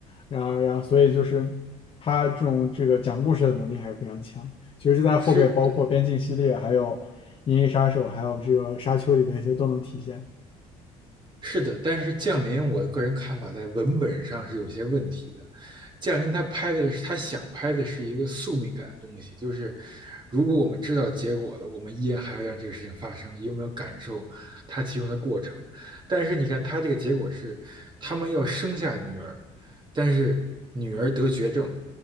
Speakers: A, on the left; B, on the right.
A: 然后然后所以就是他这种这个讲故事的能力还是非常强，其实就在后边包括边境系列，
B: 是
A: 还有银翼杀手，还有这个沙丘里边其实都能体现。
B: 是的，但是《降临》我个人看法在文本上是有些问题的。《降临》他拍的是他想拍的是一个宿命感的东西，就是如果我们知道结果了，我们依然还要让这个事情发生，因为我们要感受它其中的过程。但是你看，他这个结果是他们要生下女儿，但是女儿得绝症，